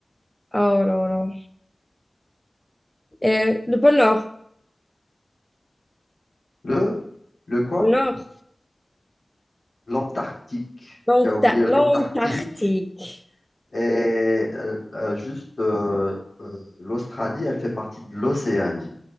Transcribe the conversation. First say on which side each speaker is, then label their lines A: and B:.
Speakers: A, in the centre; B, on the left (about 70°).
A: oh là là. Et le pôle Nord.
B: Le, le quoi?
A: Pôle Nord.
B: L'Antarctique.
A: Donc
B: Tu as oublié
A: t'as l'Antarctique.
B: l'Antarctique et euh, euh, juste euh, euh, l'Australie, elle fait partie de l'Océanie.